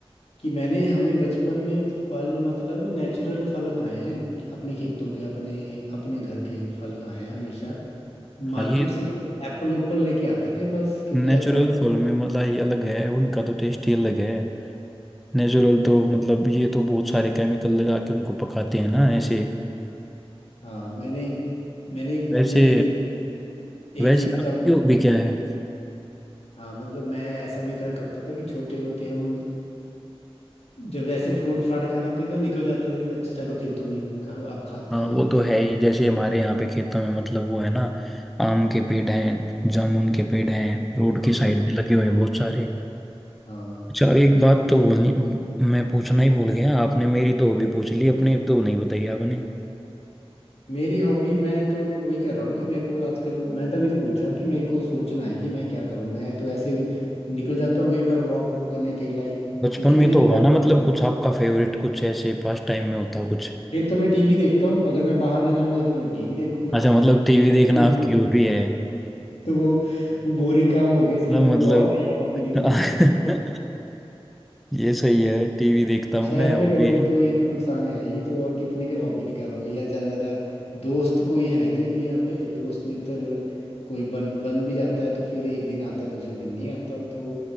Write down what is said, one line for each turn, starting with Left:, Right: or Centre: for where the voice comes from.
Left: कि मैंने हमने बचपन में फल मतलब नेचुरल फल खाए हैं अपने खेतों के अपने अपने घर के फल खाए हैं हमेशा मार्केट
Centre: हाँ ये
Left: से तो एप्पल उप्पल लेके आते थे बस क्योंकि
Centre: नेचुरल
Left: एप्पल
Centre: फल में मतलब ये अलग है उनका तो टेस्ट ही अलग है नेचुरल तो मतलब ये तो बहुत सारे केमिकल लगा के उनको पकाते हैं ना ऐसे
Left: हाँ मैंने मैंने एक
Centre: वैसे
Left: मैं एक, एक
Centre: वैसे
Left: चीज बताऊँ
Centre: आपके भी क्या है
Left: हाँ मतलब मैं ऐसा भी था करता था कि छोटे होते हम जब ऐसे फ्रूट फ्राट खाने थे तो निकल जाते थे अच्छा चलो खेतों में कहा, अब खाते
Centre: हाँ
Left: हैं वहाँ
Centre: वो
Left: पे
Centre: तो है ही जैसे हमारे यहाँ पे खेतों में मतलब वो है ना आम के पेड़ हैं जामुन के पेड़ हैं रोड
Left: अमरूद
Centre: की साइड भी
Left: के
Centre: लगे
Left: पेड़।
Centre: हुए हैं बहुत सारे
Left: हाँ
Centre: अच्छा एक बात तो बोलनी मैं पूछना ही भूल गया आपने मेरी तो अभी पूछ ली अपने तो नहीं बताई आपने
Left: मेरी हॉबी मैं तो वही कर रहा हूँ कि मेरे को आजकल मैं तभी तो पूछा कि मेरे को सोचना है कि मैं क्या करूँ मैं तो ऐसे निकल जाता हूँ कई बार वॉक वूक करने अकेला ही
Centre: बचपन
Left: तो कितने
Centre: में तो होगा
Left: वॉक
Centre: ना मतलब
Left: करूँ
Centre: कुछ आपका फेवरेट कुछ ऐसे पास टाइम में होता हो कुछ
Left: फिर तो मैं टीवी देखता हूँ अगर मैं बाहर ना जाऊँगा तो फिर मैं टीवी देखूंगा
Centre: अच्छा
Left: <laughs>
Centre: मतलब टीवी देखना
Left: तो,
Centre: आपकी हॉबी है
Left: तो वो तो वो बोरिंग काम हो गया इसलिए
Centre: ना
Left: मेरे
Centre: मतलब
Left: को और नई हॉबी देखनी
Centre: <laughs>
Left: पड़ेगी
Centre: ये सही है टीवी देखता
Left: तो
Centre: हूँ
Left: शहर
Centre: मैं
Left: में
Centre: वो
Left: रहोगे
Centre: भी है
Left: तो ये तो नुकसान है ही तो और कितनी कर हॉबी निकालोगे या ज्यादा ज्यादा दोस्त कोई है नहीं अभी यहाँ पे दोस्त मित्र कोई बन बन भी जाता है तो फिर एक दिन आता है दूसरे दिन नहीं आता तो